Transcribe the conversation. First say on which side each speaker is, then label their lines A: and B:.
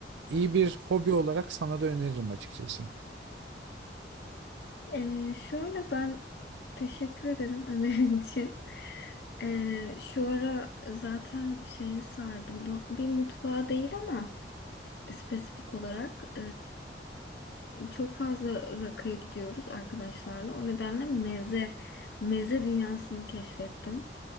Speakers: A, on the right; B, on the left.
A: İyi bir hobi olarak sana da öneririm açıkçası.
B: Ee, şöyle ben teşekkür ederim <laughs> önerin için. Ee, şu ara zaten şeye sardım. No- Bir mutfağa değil ama. spesifik olarak e, çok fazla rakıya gidiyoruz arkadaşlarla. O nedenle meze meze dünyasını keşfettim.